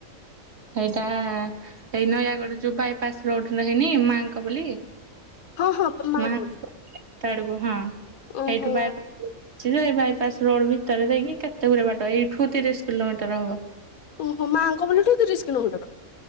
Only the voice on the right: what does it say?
ସେଇଟା ଏଇ ନୟାଗଡ ଯୋଉ ବାଇପାସ ରୋଡନା ହେଇନି ମାଆଙ୍କ ବୋଲି
ମାଁଆଙ୍କ
<unintelligible> ଆଡକୁ ହଁ
ହେଇଠୁ ବାଇପା ସିଏ ଯୋଉ ଏଇ ବାଇପାସ ରୋଡ ଭିତରେ ଦେଇକି କେତେଗୁରେ ବାଟ ଏଇଠୁ ତିରିଶ କିଲୋମିଟର ହବ।